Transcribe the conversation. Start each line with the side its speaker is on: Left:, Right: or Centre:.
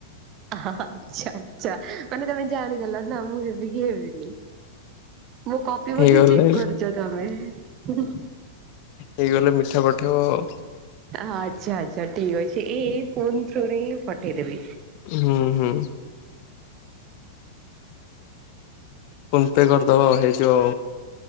Right: ହା ହା ଆଛା ଆଛା ମାନେ ତମେ ଜାଣିଦେଲ ନା ମୁଁ ହେବିକି ହେବିନି। ମୋ କପି
Left: ହେଇଗଲେ
Right: ବଧେ ଚେକ୍ କରୁଛ ତମେ ।
Left: ହେଇଗଲେ ମିଠା ପଠେଇବ ।
Right: ଆହ୍ ଆଚ୍ଛା ଆଚ୍ଛା ଠିକ୍ ଅଛି ଏଇ ଏଇ ଫୋନ୍ ଥ୍ରୁ ରେ ହିଁ ପଠେଇଦେବି ।
Left: ହୁଁ ହୁଁ । ଫୋନ୍ ପେ କରିଦବ ହେଇଯିବ।